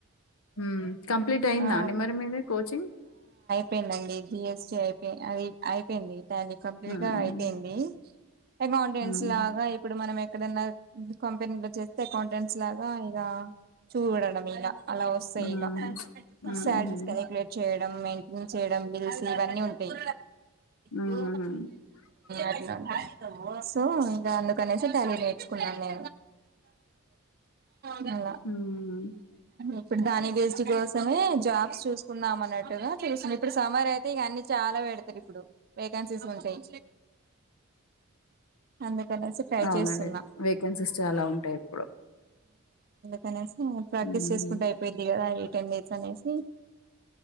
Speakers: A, on the left; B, on the right.
A: హు కంప్లీట్ అయిందాండి.
B: ఆ
A: మరి మీది కోచింగ్
B: పెందండి. జిఎస్టీ అయిపేయ్ అది అయిపోయింది. తాది కంప్లీట్
A: మ్మ్
B: గా అయిపోయింది. ఏ మౌంటెన్స్
A: మ్మ్
B: లాగా ఇప్పుడు మనం ఏక్ ఎక్కడన్నా కంపెనీ లో చేస్తే కౌంటెంట్స్ లాగా ఇలా చూడడం ఇలా అలా వసాయ్
A: మ్మ్
B: ఇగా
A: ఊహూ
B: శాలరీస్గా కాలిక్యులేట్ చేయడ్ మెంటెన్స్ చేయడం బిల్స్ ఇవన్నీ ఉంటాయ్.
A: ఊహూ
B: హు అట్లా సో ఇగా అడ్ కానేసే టాలీ నేర్చుకున్నాను. నేను మళ్ళా
A: మ్మ్
B: ఇప్పుడు దాని జిస్ట్ కోస్ తుమే జాబ్స్ చూసుకున్నాం అన్నట్టుగా తీసున్న ఇప్పుడు సమర్ అయితే ఇగా అన్ని చాలా పెడతారు ఇప్పుడువెక్ కెన్సిస్ ఉంటాయ్. అందుక్ కనేసి ట్రై
A: అవునండి
B: చేసున్నా
A: వేకెన్సీస్ చాలా ఉంటాయి ఇప్పుడు
B: కానేసి ప్రాక్టీస్
A: మ్మ్
B: చేసుకుంటే అయిపోయిద్ది కదా ఏ టైమైతే అనేసి